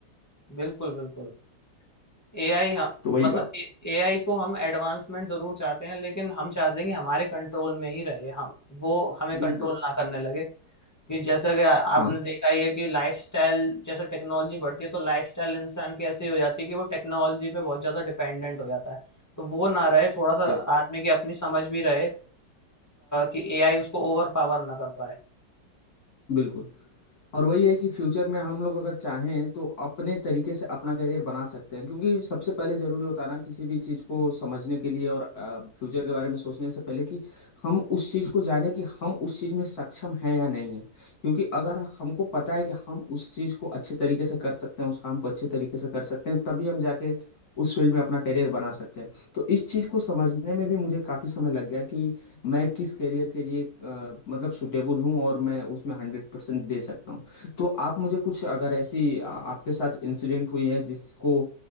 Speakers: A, on the left; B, on the left.
A: बिल्कुल बिल्कुल एआई हाँ
B: तो वही
A: मतलब
B: बात
A: एआई को हम एडवांसमेंट जरूर चाहते हैं लेकिन हम चाहते हैं कि हमारे कंट्रोल में ही रहे हम वो हमें
B: बिल्कुल
A: कंट्रोल ना करने लगे कि जैसे कि आ-
B: हाँ
A: आपने देखा ही है कि लाइफस्टाइल जैसे टेक्नोलॉजी बढ़ती है तो लाइफस्टाइल इंसान की ऐसी हो जाती है कि वो टेक्नोलॉजी पे बहुत ज्यादा डिपेंडेंट हो जाता है तो वो ना रहे थोड़ा सा
B: यस
A: आदमी की अपनी समझ भी रहे अ, कि एआई उसको ओवर पावर ना कर पाए
B: बिल्कुल। और वही है कि फ्यूचर में हम लोग अगर चाहें तो अपने तरीके से अपना करियर बना सकते हैं क्योंकि सबसे पहले जरूरी होता है ना किसी भी चीज को समझने के लिए और फ्यूचर के बारे में सोचने से पहले कि हम उस चीज को जाने कि हम उस चीज में सक्षम हैं या नहीं है क्योंकि अगर हमको पता है कि हम उस चीज को अच्छे तरीके से कर सकते हैं उस काम को अच्छे तरीके से कर सकते हैं तभी हम जाके उस फील्ड में अपना करियर बना सकते हैं तो इस चीज को समझने में भी मुझे काफी समय लग गया कि मैं किस करियर के लिए अ, मतलब सुटेबल हूँ और मैं उसमें हंड्रेड परसेंट दे सकता हूँ तो आप मुझे कुछ अगर ऐसी आ- आपके साथ इंसिडेंट हुई है जिसको